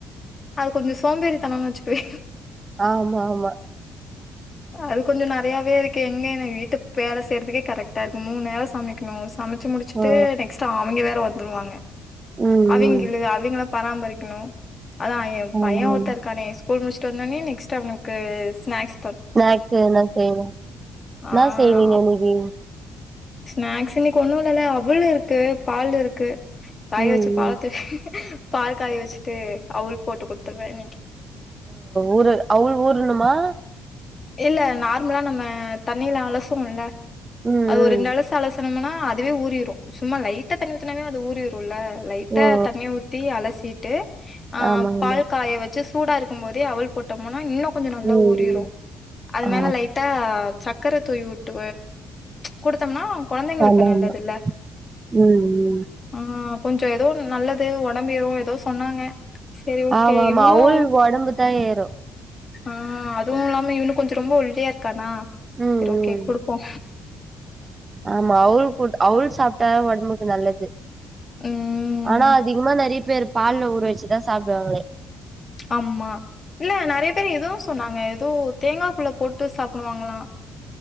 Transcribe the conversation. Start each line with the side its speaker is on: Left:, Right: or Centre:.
Left: அது கொஞ்ச சோம்பேறித்தனம்னு வச்சுக்குவே
Right: ஆமா ஆமா
Left: அது கொஞ்சம் நிறையாவே இருக்கு எங்க என் வீட்டு வேலை செய்யறதுக்கே கரெக்டா இருக்குக்கும் மூணு நேரம் சமைக்கணும் சமைச் வச்ச முடிச்சிட்டு
Right: ஆ
Left: நெக்ஸ்ட் அவங்க வேற வந்துடுவாங்க
Right: ம்
Left: அவங்க
Right: ம்
Left: இல்ல அவங்களம் பராமரிக்கணும் அதா என்
Right: ஆமா
Left: பையன்
Right: ஆமா
Left: ஒருத்த இருக்கானே ஸ்கூல் முடிச்சுட்டு வந்தோடனே நெக்ஸ்ட் அவனுக் <unintelligible> ஸ்ந்ஸ்
Right: ஸ்நாக்ஸ் என்ன செய்வே என்ன
Left: ஆ
Right: செய்வீங்க இன்னைக்கு
Left: ஸ்நாக்ஸ் இன் ஒண்ணு இல்லல அவளு இருக்கு பால் இருக்கு காய
Right: ம்
Left: வச்சு
Right: ம்
Left: <unintelligible> பால் காய வச்சுட்டு அவள் போட்டு குடுத்துருவே இன்னைக்கு
Right: ஊரு அவுள் ஊருணுமா
Left: இல்ல நார்மலா நம்ம தண்ணில அலசுவோம்ல
Right: ம் ம்
Left: அது <unintelligible> த்துனம்னா அதுவே ஊறிரும் சும்மா லைட்டா தண்ணி ஊத்தினாவே அது ஊரிரு ல லைட்டா
Right: ஓ ஓ
Left: தண்ணி ஊத்தி அலசி ட்டு ஆ
Right: ஆமா ஆமா
Left: பால் காய வச்சு சூடா இருக்கும் போதே அவுள் போட்டோம்னா இன்னு கொஞ்சோ நல்லா
Right: ம்
Left: ஊறிரு
Right: ம்
Left: அது
Right: ஆ
Left: மேல லைட்டா சக்கர தூவி வுட்டு குடுத்தம்னா கொழந்தைங்களுக்கு
Right: ஆமா
Left: நல்லதுல்ல
Right: ஆமா ம் ம்
Left: அ ஆ கொஞ்சோ எதோ நல்லது ஒடம்பு ஏறு எதோ சொன்னாங்க சரி ஓகே
Right: ஆமா ஆமா
Left: இவனு
Right: அவள் ஒடம்புத்தா ஏறு
Left: ஆ அதுவுமில்லாம இவனு கொஞ்சோ ரொம்ப ஒள்ளியா இருக்கானா
Right: ம்
Left: சரி ஓகே
Right: ம்
Left: குடுப்போ
Right: ஆமா அவுள் அவுள் சாப்ட்டா ஒடம்புக்கு நல்லது
Left: ம்
Right: ஆனா அதிகமா நிறயா பேர் பால்ல ஊர வச்சுதா சாப்டுவாங்ளே
Left: ஆமா இல்ல நிறைய பேர் எதோ சொன்னாங்க ஒ தேங்காகுள்ள போட்டு சாப்டுவாங்ளா